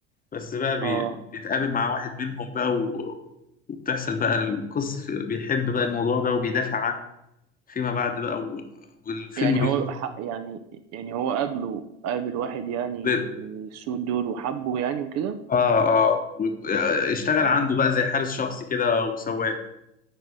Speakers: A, on the left; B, on the right.
A: بس بقى بي-
B: اه
A: بيتقابل مع واحد منهم بقى و... وبتحصل بقى القصة في... بيحب بقى الموضوع ده وبيدافع عنه فيما بعد بقى و... والفيلم
B: يعني
A: بيدور
B: هو ح- يعني يعني هو قابله قابل واحد يعني
A: ب...
B: من السود دول وحبه يعني وكده
A: اه اه و... آه، اشتغل
B: اه
A: عنده بقى زي حارس شخصي كده وسواق